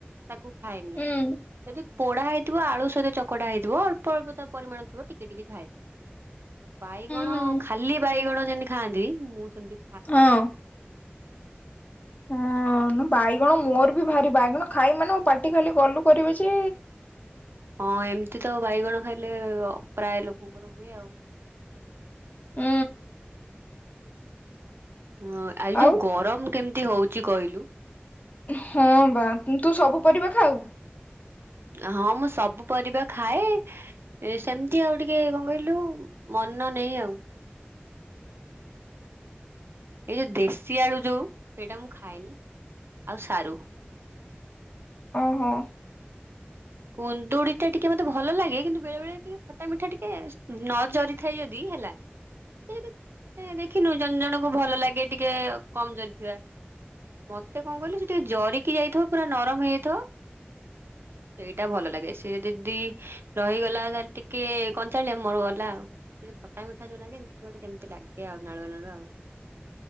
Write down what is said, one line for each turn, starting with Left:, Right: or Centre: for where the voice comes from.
Right: ତାକୁ ଖାଏନି,
Left: ଉୁଁ
Right: ଯଦି ପୋଡା ହେଇଥିବ ଆଳୁ ସହିତ ଚକଟା ହେଇଥିବ ଅଳ୍ପ-ଅଳ୍ପ ତା ପରିମାଣ ଥିବ ଟିକେ-ଟିକେ ଖାଏ। ବାଇଗଣ
Left: ହୁଁ
Right: ଖାଲି ବାଇଗଣ ଯେମିତି ଖାଆନ୍ତି, ମୁଁ ସେମ୍ତି
Left: ହଁ। ହଁ ବାଇଗଣ ମୋର ବି ଭାରି ବାଇଗଣ ଖାଇବି ମାନେ ପାଟି ଖାଲି ମୋର ଗଲୁ କରିବ ଯେ
Right: ହଁ ଏମ୍ତି ତ ବାଇଗଣ ଖାଇଲେ ପ୍ରାୟ ଲୋକଙ୍କର ହୁଏ ଆଉ।
Left: ହୁଁ।
Right: ହଁ ଆଜି
Left: ଆଉ
Right: ଯୋଉ ଗରମ୍ କେମିତି ହଉଚି କହିଲୁ?
Left: ହଁ ବା, ତୁ ସବୁ ପରିବା ଖାଉ?
Right: ହଁ ମୁଁ ସବୁ ପରିବା ଖାଏ ଏ ସେମିତି ଆଉ ଟିକେ କଣ କହିଲୁ ମନ ନେଇ ଆଉ। ଏଇ ଯୋଉ ଦେଶୀ ଆଳୁ ଯୋଉ ସେଇଟା ମୁଁ ଖାଏନି ଆଉ ସାରୁ।
Left: ଓହୋ।
Right: କୁନ୍ଦୁଡି ଟା ଟିକେ ମତେ ଭଲ ଲାଗେ, କିନ୍ତୁ ବେଳେ-ବେଳେ ଟିକେ ଖଟା ମିଠା ଟିକେ ନ ଜରିଥାଏ ଯଦି ହେଲା ଟିକେ ଯଦି ଏ ଦେଖିନୁ ଜଣେ ଜଣଙ୍କୁ ଭଲ ଲାଗେ ଟିକେ କମ୍ ଜରିଥିବା। ମତେ କଣ କହିଲୁ ସେ ଟିକେ ଜରିକି ଯାଇଥିବ ପୁରା ନରମ୍ ହେଇଥବ ସେଇଟା ଭଲ ଲାଗେ, ସେଏ ଯଦି ରହିଗଲା ତାହେଲେ ଟିକେ କଞ୍ଚାଳିଆ ମର ଗଲା ଆଉ। ସେ ଯୋଉ ଖଟା ମିଠା ଯୋଉ ଲାଗେନି ଟିକେ ଗୋଟେ କେମ୍ତି ଲାଗେ ଆଉ ନାଳୁଆ-ନାଳୁଆ ଆଉ।